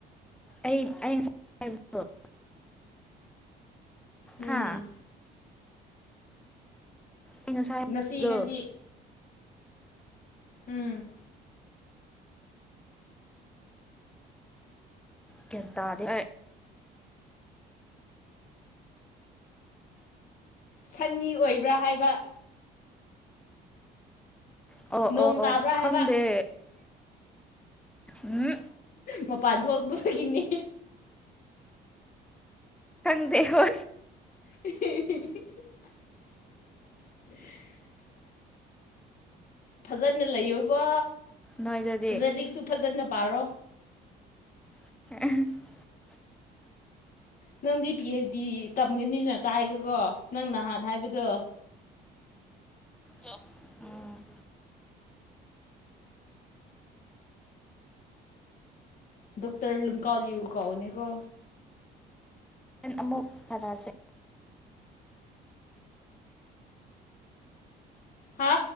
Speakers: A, in the centre; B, on the left.
A: ꯑꯩ ꯑꯩꯅ ꯍꯥꯏꯕꯗꯣ
B: ꯎꯝ
A: ꯍꯥ ꯑꯩ ꯉꯁꯥꯏ ꯍꯥꯏꯕꯗꯣ
B: ꯉꯁꯤ ꯉꯁꯤ ꯎꯝ
A: ꯒ꯭ꯌꯥꯟ ꯇꯥꯗꯦ
B: ꯁꯟꯅꯤ ꯑꯣꯏꯕ꯭ꯔꯥ ꯍꯥꯏꯕ
A: ꯑꯣ
B: ꯅꯣꯡ
A: ꯑꯣ
B: ꯇꯥꯕ꯭ꯔꯥ
A: ꯑꯣ ꯈꯪꯗꯦ
B: ꯍꯥꯏꯕ
A: ꯎꯝ
B: ꯃꯄꯥꯟ ꯊꯣꯛꯄ ꯒꯤꯅꯤ
A: ꯈꯪꯗ ꯍ
B: <unintelligible> ꯐꯖꯅ ꯂꯩꯌꯨꯀꯣ
A: ꯅꯣꯏꯗꯗꯤ
B: ꯂꯥꯏꯔꯤꯛꯁꯨ ꯐꯖꯅ ꯄꯥꯔꯣ
A: <unintelligible>
B: ꯅꯪꯗꯤ ꯄꯤ ꯑꯩꯆ ꯗꯤ ꯇꯝꯒꯅꯤꯅ ꯇꯥꯏꯒꯀꯣ ꯅꯪ ꯅꯍꯥꯟ ꯍꯥꯏꯕꯗꯣ
A: ꯎꯝ
B: ꯗꯣꯛꯇꯔ ꯂꯨꯀꯥꯎꯂꯤꯌꯨ ꯀꯧꯅꯤ ꯀꯣ
A: ꯍꯦꯟ ꯑꯃꯨꯛ ꯐꯔꯥꯁꯦ
B: ꯍꯥ